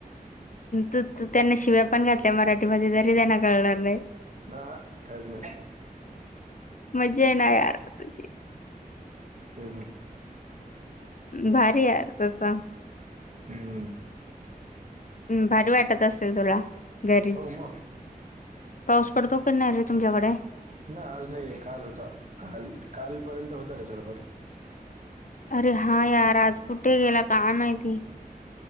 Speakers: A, on the left (about 60°); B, on the right (about 50°).
A: तू त्यांना शिव्या पण घात... त्या मराठीमध्ये तरी त्यांना कळणार नाही...
B: हा हा काहीच नाही
A: मजा ना यार तुझी...
B: ते...
A: भारी या तस....
B: हम्म.
A: हम् भारी वाटत असेल तुला घरी...
B: हो मग
A: पाऊस पडतो क नाही रे तुमच्याकडे...
B: ना आज नाहीये काल होता काल कालपर्यंत होता रे थोडंफार...
A: अरे हा यार आज कुठे गेला काय माहिती...